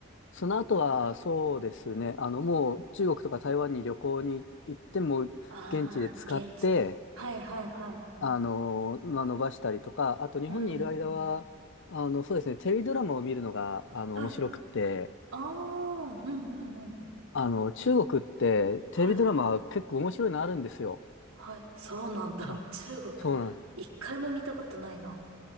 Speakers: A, on the left; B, on the right.
A: その後は、そうですね、あの、もう中国とか台湾に旅行に行っても、
B: ああ、
A: 現地で使って、
B: 現地で。はいはいは
A: あの、まあ、伸ばしたりとか、あと日本にいる間は、
B: い。うん。
A: あの、そうですね、テレビドラマを見るのが、あの、
B: はい。
A: 面白くて、
B: ああ、うんうんうん。
A: あの、中国ってテレビドラマ結構面白いのあるんですよ。
B: はい。はい。そうなんだ。
A: あ、
B: 中国、
A: そうなん。
B: 一回も見たことないな。